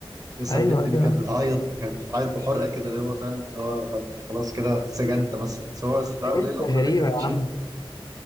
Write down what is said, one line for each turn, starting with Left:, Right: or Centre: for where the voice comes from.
Right: يا اسطى
Left: ايوه
Right: البنت دي
Left: ايوه
Right: كانت بتعيط كانت بتعيط بحرقه كده اللي هو فعلا اللي هو خ- أنت خلاص كده اتسجنت مثلا سواء استدعاء
Left: لبست
Right: ولي الامر
Left: غريبه
Right: ده كان
Left: يا
Right: شيء
Left: عم